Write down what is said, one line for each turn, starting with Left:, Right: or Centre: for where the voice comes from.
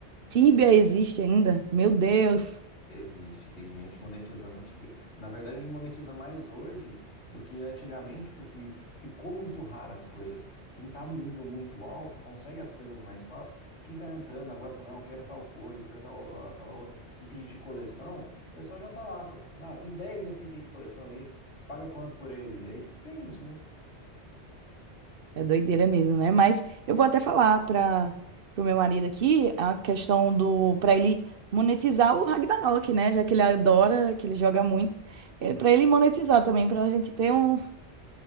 Right: Tíbia existe ainda? Meu Deus,
Left: Existe, tem gente monetizando o Tibia. Na verdade, ele monetiza mais hoje do que antigamente, porque ficou muito raro as coisas. Quem está num nível muito alto consegue as coisas mais fácil, e quem está entrando agora fala, não, eu quero tal coisa, eu quero tal, ó, aquela outra, itens de coleção, o pessoal já está lá. Ah, tem 10 desse item de coleção aí, paga quanto por ele? E aí vende, né?
Right: é doideira mesmo, né? Mas eu vou até falar para o meu marido aqui a questão do para ele monetizar o Ragnarok, né? Já que ele adora, que ele joga muito, é, para ele monetizar também, para a gente ter um,